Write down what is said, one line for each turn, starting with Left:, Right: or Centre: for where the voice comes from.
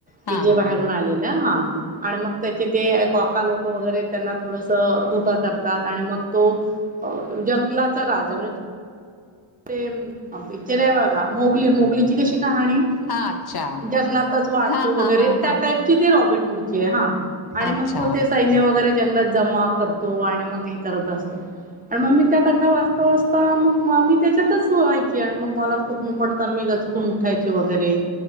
Right: की
Left: हा
Right: जे
Left: हा
Right: बाहेरून
Left: हा
Right: आ लेल आणि मग त्याचे ते अका लोकं वगैरे त्यांना थोडस धोका करतात आणि मग तो जंगलाचा राजा म्हणजे ते पिकच्चर आहे बघा मोगली मोगलीची कशी कहाणी
Left: हा अच्छा
Right: जंगलातच वाढतो
Left: हा
Right: वगैरे
Left: हा हा
Right: त्या
Left: हा
Right: टाईप ची ति रॉबीन वूड्ची आहे हा आणि
Left: अच्छा
Right: मग तो सैन्य वगैरे जंगलात जमाव करतो आणि मग हे करत असत आणि मग मी त्या कथा वाचता वाचता ता मग मामी त्याच्यातच व्हायची आणि मग मला स्वप्न पडताना मी दचकून उठायची वगैरे